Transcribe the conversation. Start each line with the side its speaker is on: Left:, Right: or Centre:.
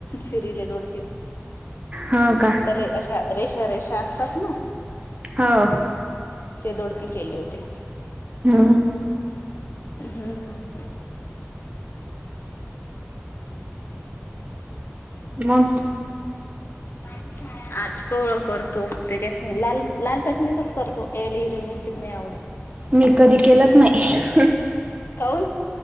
Left: चिरीले दोडके.
Right: हो का
Left: त्याले अशा रेषा रेषा असतात ना.
Right: हो.
Left: ते दोडके केले होते.
Right: हा.
Left: हम्म. <inaudible>
Right: मग
Left: आज कवळ करतो त्याच्यात नाही लाल लाल चटणीचच करत तो याले हिरव्या मिरचीत नाही आवडत.
Right: मी कधी केलच नाही.
Left: काऊन?